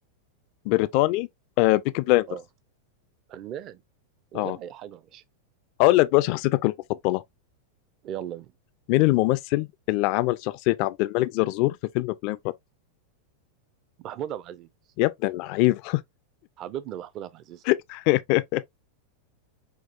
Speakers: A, on the left; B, on the right.
A: بريطاني آه بيكي بلايندرز
B: اه فنان من
A: اه
B: غير اي حاجه يا باشا
A: اقول لك بقى شخصيتك المفضله
B: يلا بينا
A: مين الممثل اللي عمل شخصيه عبد الملك زرزور في فيلم بلاين بارتنر
B: محمود عبد العزيز
A: يا ابن اللعيبه
B: حبيبنا محمود عبد العزيز
A: <laughs>